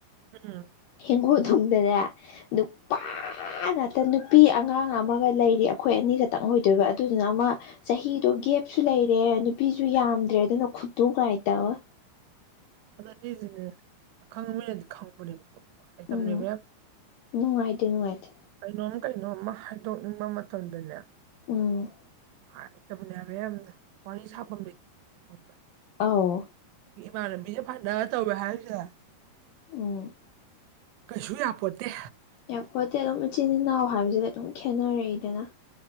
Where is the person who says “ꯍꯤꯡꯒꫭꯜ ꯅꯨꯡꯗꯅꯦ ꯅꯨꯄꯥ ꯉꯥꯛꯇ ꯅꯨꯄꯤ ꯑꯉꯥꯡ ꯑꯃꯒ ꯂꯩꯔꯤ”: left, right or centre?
Left